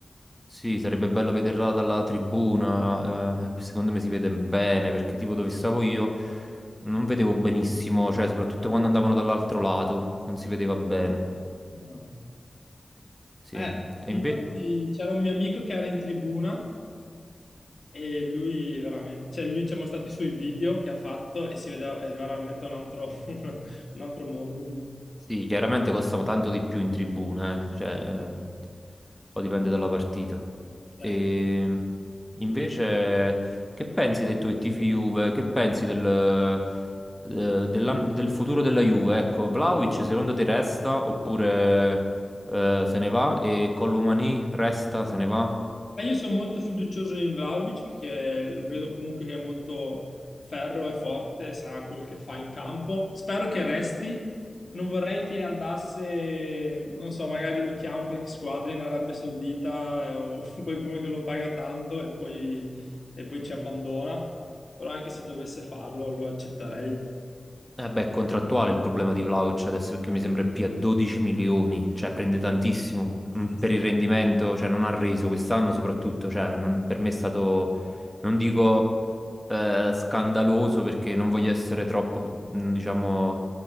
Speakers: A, in the centre; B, on the left (about 50°).
A: Sì, sarebbe bello vederla dalla tribuna, eh, secondo me si vede bene, perché tipo dove stavo io non vedevo benissimo, cioè soprattutto quando andavano dall'altro lato, non si vedeva bene.
B: Ah.
A: Sì,
B: Eh,
A: e
B: infatti
A: invece...
B: c'era un mio amico che era in tribuna E lui veramente, cioè lui ci ha mostrato i suoi video che ha fatto e si vedeva, è veramente un altro, <laughs> un altro mondo lì.
A: Sì, chiaramente costano tanto di più in tribuna, eh, Cioè, poi dipende dalla partita.
B: Cioè,
A: E invece, che pensi, hai detto che tifi Juve, che pensi del, eh, della- del futuro della Juve? Ecco, Vlaovic secondo te resta oppure eh, se ne va? E Colomani resta, se ne va?
B: e io sono molto fiducioso in Vlahovic perché lo vedo comunque che è molto ferro e forte, sa quel che fa in campo. Spero che resti. Non vorrei che andasse, non so, magari lo chiamo qualche squadra in Arabia Saudita eh, o <laughs> qualcuno che lo paga tanto e poi, e poi ci abbandona. Però anche se dovesse farlo, lo accetterei.
A: Eh beh, è contrattuale il problema di Vlahovic adesso perché mi sembra più a 12 milioni, cioè prende tantissimo Mm,
B: Eh, sì.
A: per il rendimento, cioè non ha reso quest'anno soprattutto, cioè non- per me è stato, non dico eh, scandaloso perché non voglio essere troppo, mm, diciamo,